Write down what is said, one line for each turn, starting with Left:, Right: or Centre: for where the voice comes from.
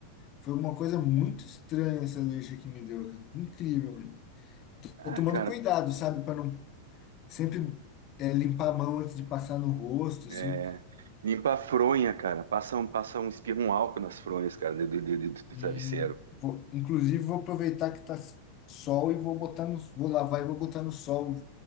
Left: Foi uma coisa muito estranha essa alergia que me deu, cara. Incrível, mano.
Right: Ah,
Left: Tô tomando
Right: cara,
Left: cuidado, sabe, para não sempre é, limpar a mão antes de passar no rosto,
Right: é...
Left: assim.
Right: limpa a fronha, cara. Passa um, passa um, espirra um álcool nas fronhas, cara, do, do, do, do- do
Left: E
Right: travesseiro.
Left: vou, inclusive vou aproveitar que tá sol e vou botar no, vou lavar e vou botar no sol um